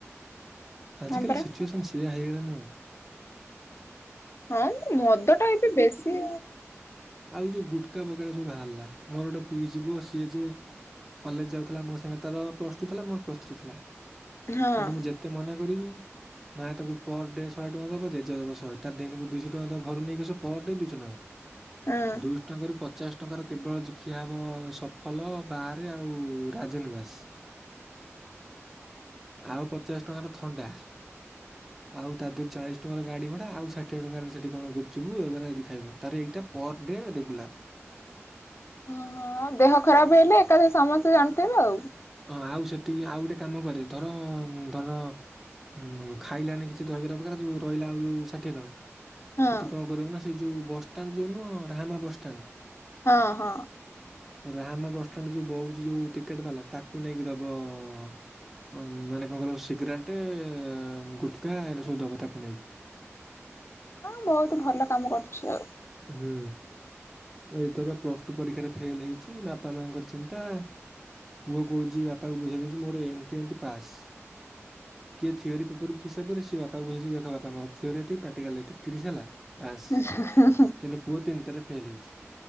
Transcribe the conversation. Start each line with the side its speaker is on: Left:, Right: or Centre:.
Centre: ଆଜିିକାଲି
Left: ହଁ ପରା
Centre: ସିଚୁଏସନ ସେୟଆ ହେଇଗଲାଣି ନ୍ୟୁ
Left: ହଁ ମଦ ଟା ଏବେ ବେଶୀ
Centre: ଆଉ ଏଇ ଯୋଉ ଗୁଟକା ବଗରା ସବୁ ବାହାରିଲା ମୋର ଗୋଟେ ପିଇସୀ ପୁଅ ସିଏ ଯେ କଲେଜ ଯାଉଥିଲା ମୋ ସାଙ୍ଗ ତାର ପ୍ଲସ ଟୁ ଥିଲା ମୋର ପ୍ଲସ ଥ୍ରୀ ଥିଲା।
Left: ହଁ
Centre: ତାକୁ ମୁଁ ଯେତେ ମନେ କରିବି ମେ ତାକୁ ପର ଡେ ଶହେ ଟଙ୍କା ଦବା ଜେଜେ ଦବା ଶହେ ତାର ଦିନକୁ ଦୁଇଶହ ଟଙ୍କା ଦବ ଘରୁ ନେଇକି ଆସିବ ପର ଡେ ଦୁଇଶହ ଟଙ୍କା।
Left: ହଁ ହଁ।
Centre: ଦୁଇଶହ ଟଙ୍କାରୁ ପଚ ପଚାଶ ଟଙ୍କାର କେବଳ ଖିଆ ହବ ସଫଲ ବାରେ ଆଉ ରାଜନିବାସ ଆଉ ପଚାଶ ଟଙ୍କାର ଥଣ୍ଡା। ଆଉ ତା ଦେହରୁ ଚାଳିଶ ଟଙ୍କା ଗାଡି ଭଡା ଆଉ ଷାଠିଏ ଟଙ୍କାରେ ସେଠି କଣ ଗୁପଚୁପୁ ଏଗୁରା ଯଦି ଖାଇବ, ତାର ଏଇଟା ପର ଡେ ରେଗୁଲାର।
Left: ଓହୋ ଆଉ ଦେହ ଖରାପ ହେଲେ ଏକାଥରେ ସମସ୍ତେ ଜା ତେବେ ଆଉ
Centre: ହଁ ଆଉ ସେଠି ଆଉ ଗୋଟେ କାମ କରେ ଧର-ଅ-ଅ ଧର ଉ-ଉ-ଉ ଖାଇଲାନି କିଛି ଦହିବରା ପ୍ରକାର ଯଉ ରହିଲା ଆଉ ଯଉ ଷାଠିଏ ଟଙ୍କା
Left: ହଁ
Centre: ସେଠି କଣ କରିବୁ ନା ସେଇ ଯୋଉ ବସଷ୍ଟାଣ୍ଡ ଯୋଉନ ରାହାମା ବସଷ୍ଟାଣ୍ଡ
Left: ହଁ ହଁ।
Centre: ରାହାମା ବସ୍ ଷ୍ଟାଣ୍ଡ ଯୋଉ ବଉଛି ଯୋଉ ଟିକେଟ ବାଲା ତା ତାକୁ ନେଇକି ଦବ-ଅ-ଅ-ଅ ମାନେ କଣ କହିଲ ସିଗରାଟେ, ଗୁଟକା ଏଗୁରା ସବୁ ଦବ ତାକୁ ନେଇକି।
Left: ଅ ବହୁତ ଭଲ କାମ କରୁଛି ଆଉ।
Centre: ହୁଁ ଏଥର ପ୍ଲସ ଟୁ ପରୀକ୍ଷାରେ ଫେଲ ହେଇଛି, ବାପା ମାଙ୍କର ଚିନ୍ତା ପୁଅ କହୁଛି ବାପାଙ୍କୁ ବୁଝେଇ ଦଉଛି ମୋର ଏମତି ଏମତି ପାସ୍। କିଏ ଥିଓରି ପେପର କି ହିସାବ କରେ ବାପା ବୁଝଉଛି ଦେଖ ବାପା ମୋର ଥିଓରୀ ଏତିକି ପ୍ରାକ୍ଟିକାଲ ଏତିକି <unintelligible> ହେଲା
Left: ହ
Centre: ପାସ୍ କିନ୍ତୁ ପୁଅ ତିନିଟାରେ ଫେଲ୍ ହେଇଛି।